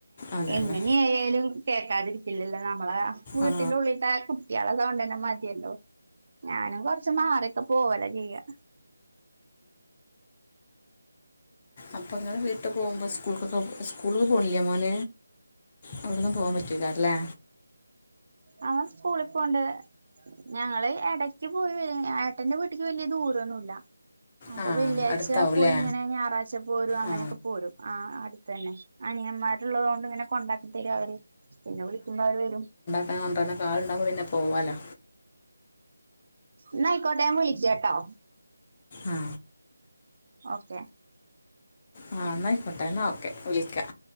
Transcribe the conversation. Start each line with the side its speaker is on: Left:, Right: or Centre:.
Left: അതന്നെ
Right: എങ്ങനെയായാലും കേക്കാതിരിക്കില്ലല്ലോ നമമ നമ്മളെ വീട്ടിലുള്ളിട്ട
Left: ആ
Right: കുട്ടികള സൗണ്ടാ ന്നെ മതിയല്ലോ ഞാനും കൊറച്ച മാറിയൊക്കെ പോവല ചെയ്യാ
Left: അപ്പങ്ങെ വീട്ടു പോകുമ്പോ സ്കൂളൊക്കെ സ്കൂള പോണില്ല മോന അവിടന്നും പോവാൻ പറ്റൂലേ
Right: ആ സ്കൂളിപ്പോണ്ട് ഞങ്ങള് എടയ്ക്ക് പോയി ഏട്ടന്റെ വീട്ടിക്ക് വലിയ ദൂരൊന്നുല്ല അപ്പൊ
Left: ആ
Right: വെള്ളിയാഴ്ച
Left: അടുത്താവും അല്ലേ
Right: പോയി ഇങ്ങനെ ഞായറാഴ്ച്ച പോരും അങ്ങനെയൊക്കെ
Left: ആ
Right: പോരും ആ അടുത്ത തന്നെ അണിയന്മാർ ള്ളത കൊണ്ട് ഇങ്ങനെ കൊണ്ടാക്കി തര അവര് പിന്നെ വിളിക്കുമ്പോ അവര് വരും
Left: ണ്ടര ക ആളുണ്ടാവുമ്പൊൾ പിന്നെ പോവാലോ
Right: ന്ന ആയിക്കോട്ടെ ഞൻ വിളിക്കാം ട്ടോ
Left: ആ
Right: ഓക്കെ
Left: ആ എന്ന അയിക്കൊട്ടെ എന്നാ ഓക്കെ വിളിക്കാ